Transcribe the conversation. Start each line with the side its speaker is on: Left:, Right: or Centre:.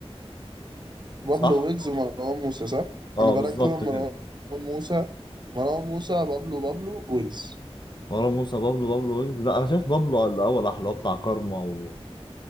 Right: بابلو
Left: صح؟
Right: ويجز ومروان موسى صح
Left: اه
Right: انا برانكو
Left: بالظبط
Right: مروان
Left: كده
Right: موسى مروان موسى بابلو بابلو ويجز
Left: مروان موسى بابلو بابلو ويجز لا أنا شايف بابلو الأول أحلى اللي هو بتاع كارما وما